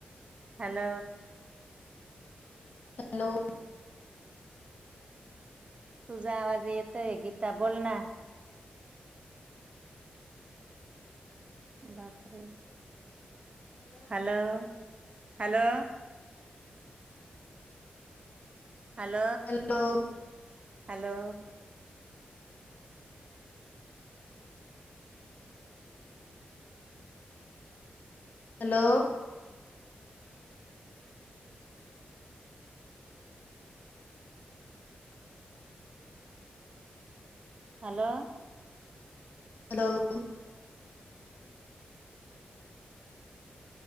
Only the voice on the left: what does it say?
हॅलो,
हॅलो,
Hello,
hello,